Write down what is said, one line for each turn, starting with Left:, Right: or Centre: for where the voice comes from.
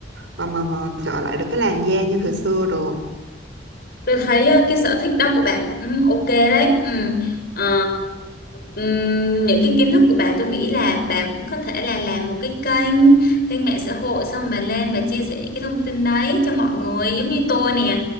Right: mà mà, mà trở lại được cái làn da như thời xưa được
Left: Tôi thấy ờ, cái sở thích đó của bà cũng ok đấy. Ừ. Ờ, ừm, những cái kiến thức của bà tôi nghĩ là bà cũng có thể là làm một cái kênh kênh mạng xã hội xong bà lên bà chia sẻ những cái thông tin đấy cho mọi người giống như tôi nè